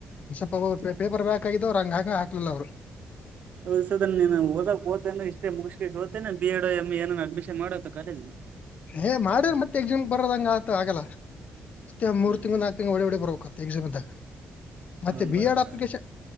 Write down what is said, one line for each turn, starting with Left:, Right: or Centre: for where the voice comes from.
Left: ಒಬ್ರು ಒಬ್ರು ಪೇಪರ್ ಬ್ಯಾಕ್ ಆಗಿದ್ದ ಅವ್ರು ಹಂಗ ಹಾಕ್ ಅಂದ್ರ ಹಾಕಲಿಲ್ಲ ಅವ್ರು.
Right: ಹೌದ ಈಸದ ನೀ ಓದಕ್ ಹೋಗ್ತೇನೆ ಇಷ್ಟೇ ಮುಗ್ಸಿ ಕೇಸ್ ಹೋಗ್ತೇನೆ ಬಿ ಎಡ್ ಎಂ ಎ ಏನ ಅಡ್ಮಿಷನ್ ಮಾಡ ಕಾಲೇಜ್.
Left: ಏ ಮಾಡ ಮತ್ತತ್ ಎಕ್ಸಾಮ್ ಬರದಂಗ ಆಗ್ತದ ಆತ ಆಗಲ್ಲ. ಮತ್ತೆ ಮೂರು
Right: ಹ್ಮ್
Left: ತಿಂಗಳು ನಾಲ್ಕು ತಿಂಗಳು ಓಡಿ ಓಡಿ ಬರಬೇಕು ಎಕ್ಸಾಮ್ ಇದಾಗ <unintelligible> ಮತ್ತೆ
Right: ಅದನ್ನ
Left: ಬಿ
Right: ಬರಾಬರ್
Left: ಎಡ್ ಅಪ್ಲಿಕೇಶನ್